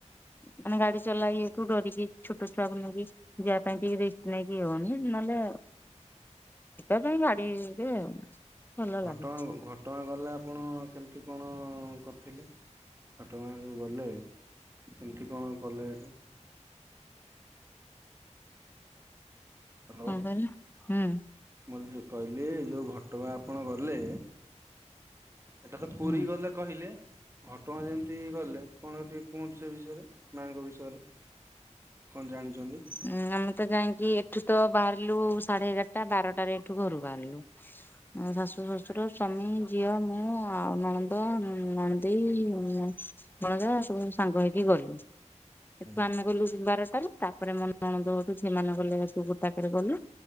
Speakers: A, on the left; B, on the right.
A: ମାନେ ଗାଡି ଚଲା ଇଏ କୁ ଡରିକି ଛୁ ଛୋଟ ଛୁଆକୁ ନେଇକି ଯିବା ପାଇଁ କି ରିକ୍ସ ନେଇକି ଇଏ ହୋଉନି ନହେଲେ <unintelligible> ପାଇଁ ଗାଡିରେ ଭଲ
B: ଘଟଗାଁ
A: ଲାଗେ।
B: ଘଟଗାଁ ଗଲେ ଆପଣ କେମିତି କଣ କରିଥିଲେ? ଘଟଗାଁ ଯୋଉ ଗଲେ କେମିତି କଣ କଲେ ହେଟି? ହ୍ୟାଲୋ
A: କଣ କହିଲେ ହୁଁ।
B: <unintelligible> କହିଲି ଯୋଉ ଘଟଗାଁ ଆପଣ ଗଲେ। ଏଟା ତ ପୁରି
A: ହୁଁ।
B: ଗଲେ କହିଲେ। ଘଟଗାଁ ଯେମିତି ଗଲେ କଣ ଟିକେ କୁହନ୍ତୁ ସେ ବିଷୟରେ ମାଙ୍କ ବିଷୟରେ କଣ ଜାଣିଚନ୍ତି?
A: ଉଁ ଆମେ ତ ଯାଇଁକି ଏଠୁ ତ ବାହାରିଲୁ ସାଢେ ଏଗାରଟା ବାରଟାରେ ଏଠୁ ଘରୁ ବାହାରିଲୁ। ଶାଶୁ, ଶ୍ୱଶୁର, ସ୍ବାମୀ, ଝିଅ ମୁଁ ଆଉ ନଣନ୍ଦ, ନଣନ୍ଦେଇ ମୁଁ। ଭଣଜା ସବୁ ସାଙ୍ଗ ହେଇକି ଗଲୁ। ସେଠୁ
B: ହୁଁ।
A: ଆମେ ଗଲୁ ବାରଟାରୁ। ତାପରେ ମୋ ନଣନ୍ଦ <unintelligible> ସେମାନେ ଗଲେ ତୁ ଗୋଟାକରେ ଗଲେ।